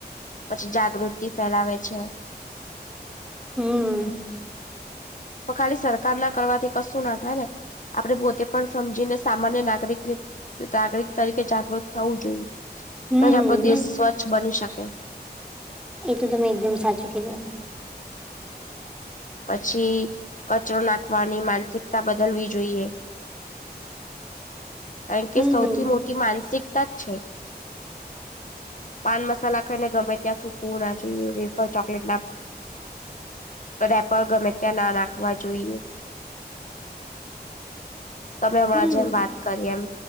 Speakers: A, on the left; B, in the centre.
A: પછી જાગૃતિ ફેલાવે છે.
B: હૂ
A: તો ખાલી સરકાર ના કરવાથી કશું ના થાય ને આપણે પોતે પણ સમજીને સામાન્ય નાગરિકને નાગરિક તરીકે જાગૃત થવું જોઈએ.
B: હમ
A: તો જ આપણો દેશ સ્વચ્છ બની શકે.
B: એ તો તમે એકદમ સાચું કિધું.
A: પછી કચરો નાખવાની માનસિકતા બદલવી જોઈએ. કારણ કે
B: હમ
A: સૌથી મોટી માનસિકતા જ છે. પાન મસાલા ખાઈને ગમે ત્યાં થૂકવુ ના જોઇએ, વેફર ચોકલેટ ના <unintelligible> <inaudible> રેપડ ગમે ત્યાં ના રાખવા જોઈએ. તમે હમણાં
B: હમ
A: જેમ વાત કરી એમ